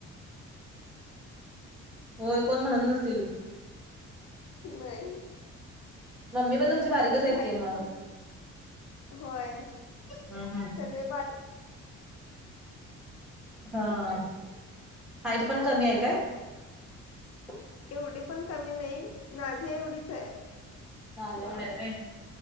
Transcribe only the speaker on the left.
नाही
आणि
म्हणजे
हाईट
पण होय
सगळे बा
एवढी पण कमी नाही नाझिया एवढीच आहे
हा